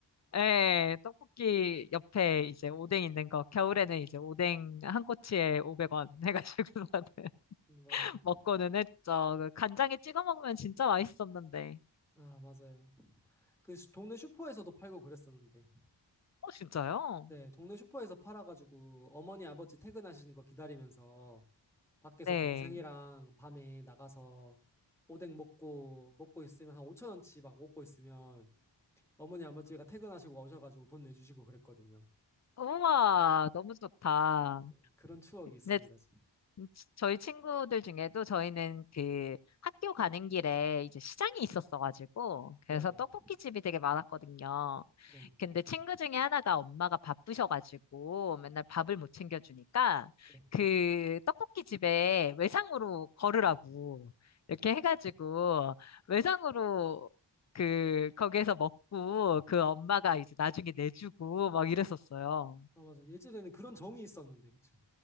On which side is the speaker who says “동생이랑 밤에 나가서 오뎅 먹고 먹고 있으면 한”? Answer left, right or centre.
Centre